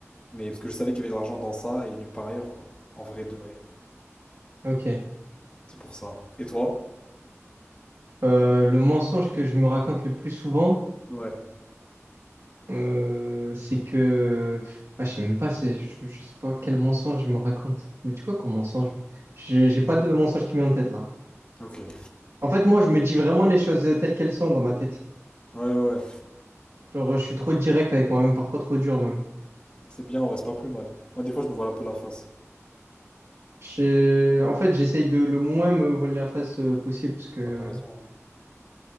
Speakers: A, on the left (about 20°); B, on the right (about 60°).
A: Mais parce que je savais qu'il y avait de l'argent dans ça et nulle part ailleurs, quoi. En vrai de vrai.
B: Ok.
A: C'est pour ça. Et toi?
B: Euh, le mensonge que je me raconte le plus souvent,
A: Ouais,
B: euh, c'est que... pff, ah, je sais même pas, c'est, je, je sais pas quel mensonge je me raconte. Mais dis quoi comme mensonge? J'ai j'ai pas de mensonge qui me vient en tête là.
A: ok. Ouais,
B: En fait, moi, je me dis vraiment les choses euh, telles qu'elles sont dans ma tête.
A: ouais, ouais.
B: Genre, je suis trop direct avec moi-même, parfois trop dur même.
A: C'est bien, on reste pas plus mal. Moi, des fois, je me voile un peu la face.
B: Je- En fait, j'essaye de le moins me voiler la face euh, possible parce que
A: Ouais, t'as raison.